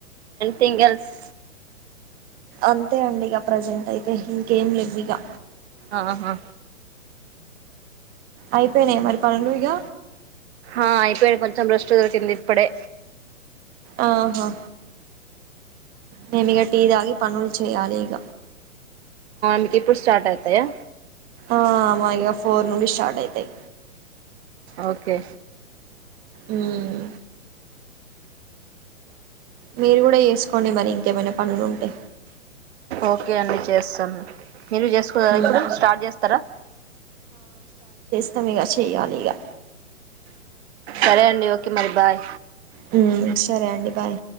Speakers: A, on the right (about 50°); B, on the right (about 20°).
A: తింగల్స్
B: అంతే అండి ఇక ప్రెజెంట్ అయి ఇంకేం రెవవిగా
A: ఆహా
B: అయిపోయినాయి మరి పనులు ఇక
A: ఆ అయిపోయాడు కొంచెం ర్రెస్ట్ దొరికింది ఇప్పుడే
B: ఆహా మేమి ఇగ టీ తాగి పనులు చేయాలి ఇగ
A: మీకు ఇప్పుడు స్టార్ట్ అవుతాయా
B: ఆ మా ఇగా ఫోర్ నుండి స్టార్ట్ అయితాయి
A: ఓకే
B: మ్మ్ మీరు కూడ చేసుకోండి మరి ఇంకేమైనా పనులు ఉంటే
A: ఓకే అండి చేస్తాన్ మీరు చేసుకోదా
B: మ్మ్
A: ఇప్పుడు స్టార్ట్ చేస్తారా
B: స్తాం ఇగ చేయాలి ఇగా
A: సరే అండి ఓకే మరి బాయ్
B: హ్మ్ సరే అండి బాయ్